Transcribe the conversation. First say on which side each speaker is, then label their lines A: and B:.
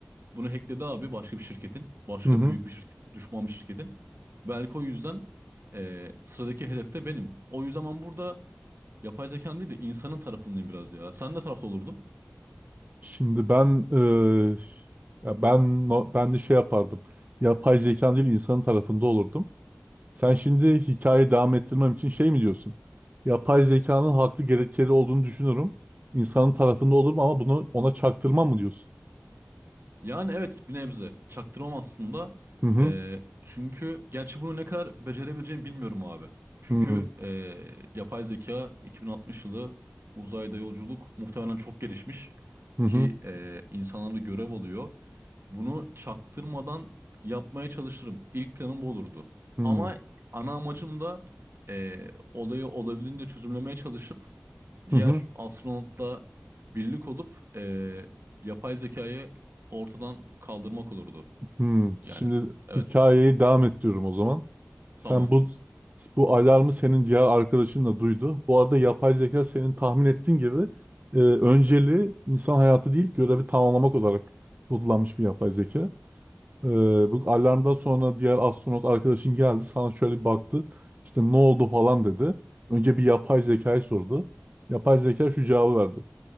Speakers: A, on the right; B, on the right.
A: bunu hackledi abi başka bir şirketin. Başka
B: Hı hı.
A: büyük bir şirketin. Düşman bir şirketin. Belki o yüzden ee, sıradaki hedefte benim. O yüzden ben burada yapay zekanın değil de insanın tarafındayım biraz ya. Sen ne tarafta olurdun?
B: Şimdi ben eee, ya ben no- ben de şey yapardım. Yapay zekan değil insanın tarafında olurdum. Sen şimdi hikayeyi devam ettirmem için şey mi diyorsun? Yapay zekanın haklı gerekçeleri olduğunu düşünürüm. İnsanın tarafında olurum ama bunu ona çaktırmam mı diyorsun?
A: Yani evet bir nebze. Çaktırmam aslında.
B: Hı hı.
A: Ee, çünkü gerçi bunu ne kadar becerebileceğimi bilmiyorum abi. Çünkü
B: Hı hı.
A: ee, yapay zeka 2060 yılı uzayda yolculuk muhtemelen çok gelişmiş
B: Hı
A: ki ee, insanlar görev alıyor. Bunu çaktırmadan yapmaya çalışırım. İlk planım bu olurdu.
B: hı.
A: Ama ana amacım da ee, olayı olabildiğince çözümlemeye çalışıp diğer
B: Hı hı.
A: astronotla birlik olup e, yapay zekayı ortadan kaldırmak olurdu.
B: Hmm,
A: Yani
B: şimdi
A: evet
B: hikayeyi devam ettiriyorum o zaman. Sen
A: tamam
B: bu bu alarmı senin diğer arkadaşın da duydu. Bu arada yapay zeka senin tahmin ettiğin gibi e, önceliği insan hayatı değil görevi tamamlamak olarak kodlanmış bir yapay zeka. E, bu alarmdan sonra diğer astronot arkadaşın geldi sana şöyle bir baktı. İşte ne oldu falan dedi. Önce bir yapay zekayı sordu. Yapay zeka şu cevabı verdi.